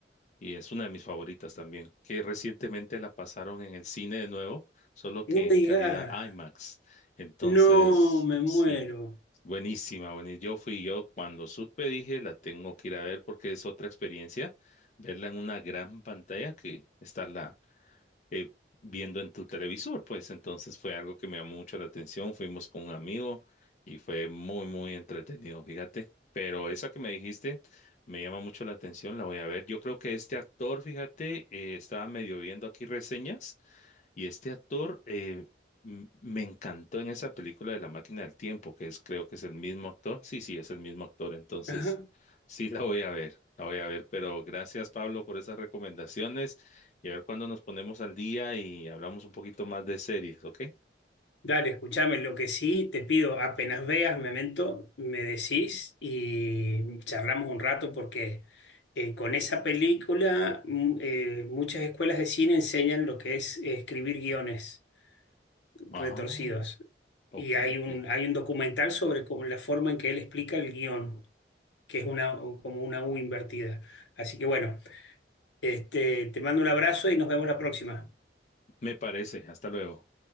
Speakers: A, on the left; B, on the left.
A: y es una de mis favoritas también, que recientemente la pasaron en el cine de nuevo, solo que
B: No
A: en
B: me digas,
A: calidad IMAX. Entonces,
B: no me muero.
A: sí, buenísima, buenísima. Yo fui yo cuando supe, dije, la tengo que ir a ver porque es otra experiencia, verla en una gran pantalla que está eh, viendo en tu televisor, pues entonces fue algo que me llamó mucho la atención, fuimos con un amigo y fue muy, muy entretenido, fíjate, pero esa que me dijiste me llama mucho la atención, la voy a ver. Yo creo que este actor, fíjate, eh, estaba medio viendo aquí reseñas. Y este actor eh, m- me encantó en esa película de La Máquina del Tiempo, que es, creo que es el mismo actor. Sí, sí, es el mismo actor. Entonces,
B: <laughs>
A: sí, la voy a ver, la voy a ver. Pero gracias, Pablo, por esas recomendaciones. Y a ver cuándo nos ponemos al día y hablamos un poquito más de series, ¿ok?
B: Dale, escúchame, lo que sí te pido, apenas veas Memento, me decís y charlamos un rato porque eh, con esa película mm, eh, muchas escuelas de cine enseñan lo que es eh, escribir guiones
A: Ah,
B: retorcidos
A: ok,
B: y hay
A: ok.
B: un, hay un documental sobre cómo- la forma en que él explica el guión, que es una, como una U invertida. Así que bueno, este, te mando un abrazo y nos vemos la próxima.
A: Me parece. Hasta luego.